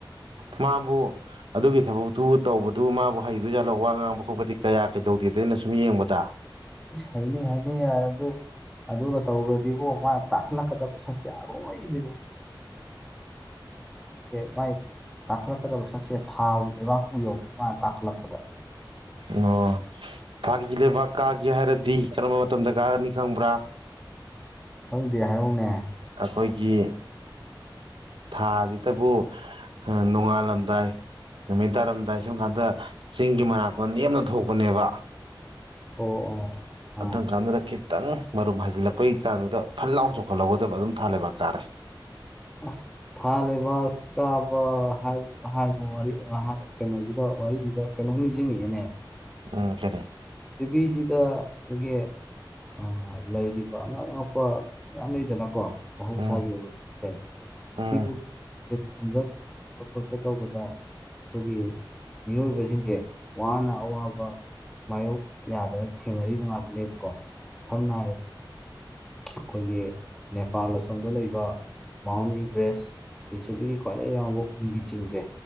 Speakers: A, on the right; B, in the centre.
A: ꯃꯥꯕꯨ ꯑꯗꯨꯒꯤ ꯊꯕꯛꯇꯨꯕꯨ ꯇꯧꯕꯗꯨ ꯃꯥꯕꯨ ꯍꯩꯗꯣꯏ ꯖꯥꯠꯂꯣ ꯋꯥ ꯉꯥꯡꯕ ꯈꯣꯠꯄꯗꯤ ꯀꯌꯥ ꯀꯩꯗꯧꯗꯦꯗ ꯑꯩꯅ ꯁꯨꯝ ꯌꯦꯡꯕꯗ
B: ꯍꯩꯅꯤ ꯍꯩꯅꯤ ꯌꯥꯔꯦ ꯑꯗꯨ ꯑꯗꯨꯒ ꯇꯧꯒ꯭ꯔꯗꯤ ꯏꯕꯨꯡꯉꯣ ꯃꯥꯅ ꯇꯥꯈꯠꯂꯛꯀꯗꯕ ꯁꯛꯁꯦ ꯑꯔꯣꯏꯕꯤꯅꯤ ꯦ ꯚꯏ <unintelligible> ꯇꯥꯈꯠꯂꯛꯀꯗꯕ ꯁꯛꯁꯦ ꯊꯥꯕꯨ ꯂꯩꯕꯥꯛꯄꯨ ꯌꯧꯅꯤ ꯃꯥꯅ ꯇꯥꯈꯠꯂꯛꯄꯗ
A: ꯑꯣ ꯊꯥꯒꯤ ꯂꯩꯕꯥꯛ ꯀꯥꯒꯦ ꯍꯥꯏꯔꯗꯤ ꯀꯔꯝꯕ ꯃꯇꯝꯗ ꯀꯥꯒꯅꯤ ꯈꯪꯕ꯭ꯔꯥ
B: ꯈꯪꯗꯦ ꯍꯥꯏꯔꯛꯎꯅꯦ
A: ꯑꯩꯈꯣꯏꯒꯤ ꯊꯥꯁꯤꯗꯕꯨ ꯑ ꯅꯣꯡꯉꯥꯜꯂꯝꯗꯥꯏ ꯅꯨꯃꯤꯠ ꯇꯥꯔꯝꯗꯥꯏ ꯁꯨꯝ ꯀꯥꯟꯗ ꯆꯤꯡꯒꯤ ꯃꯅꯥꯛꯇ ꯅꯦꯝꯅ ꯊꯣꯛꯄꯅꯦꯕ
B: ꯑꯣ ꯑꯣ ꯑꯣ
A: ꯑꯗꯨꯝ ꯀꯥꯟꯗꯨꯗ ꯈꯤꯇꯪ ꯃꯔꯨꯝ ꯍꯥꯏꯖꯤꯜꯂꯛꯄꯩ ꯀꯥꯟꯗꯨꯗ ꯐꯜ ꯂꯥꯎꯅ ꯆꯣꯡꯈꯠꯍꯧꯒꯗꯕ ꯑꯗꯨꯝ ꯊꯥ ꯂꯩꯕꯥꯛ ꯀꯥꯔꯦ
B: ꯑꯁ ꯊꯥ ꯂꯩꯕꯥꯛ ꯀꯥꯕ ꯍꯥꯏ ꯍꯥꯏꯕ ꯋꯥꯔꯤ ꯑꯍꯥꯏ ꯀꯩꯅꯣꯁꯤꯗ ꯋꯥꯔꯤꯁꯤꯗ ꯀꯩꯅꯣꯝ ꯅꯤꯡꯁꯤꯡ ꯉꯛꯑꯦꯅꯦ
A: ꯑꯥ ꯀꯔꯤ
B: ꯄ꯭ꯔꯤꯊꯤꯕꯤꯁꯤꯗ ꯑꯩꯈꯣꯏꯒꯤ ꯑ ꯍꯣꯏ ꯂꯩꯔꯤꯕ ꯑꯉꯛ ꯑꯉꯛꯄ ꯃꯌꯥꯝ ꯂꯩꯗꯅꯀꯣ ꯃꯍꯧꯁꯥꯒꯤ
A: ꯎꯝ
B: ꯑꯣꯏꯕꯁꯦ
A: ꯎꯝ
B: ꯁꯤꯕꯨ <unintelligible> ꯈꯣꯠꯄ ꯇꯧꯕꯗ ꯑꯩꯈꯣꯏꯒꯤ ꯃꯤꯑꯣꯏꯕꯁꯤꯡꯁꯦ ꯋꯥꯅ ꯑꯋꯥꯕ ꯃꯥꯌꯣꯛ ꯌꯥꯗꯅ ꯊꯦꯡꯅꯔꯤꯕ ꯉꯥꯛꯇꯅꯦꯕꯀꯣ ꯁꯝꯅ ꯍꯥꯏ ꯑꯩꯈꯣꯏꯒꯤ ꯅꯦꯄꯥꯜ ꯑꯁꯣꯝꯗ ꯂꯩꯕ ꯃꯥꯎꯟ ꯏꯕꯔꯦꯁ ꯄ꯭ꯔꯤꯊꯤꯕꯤꯒꯤ ꯈ꯭ꯋꯥꯏꯗꯒꯤ ꯌꯥꯝꯕ ꯎꯟꯒꯤ ꯆꯤꯡꯁꯦ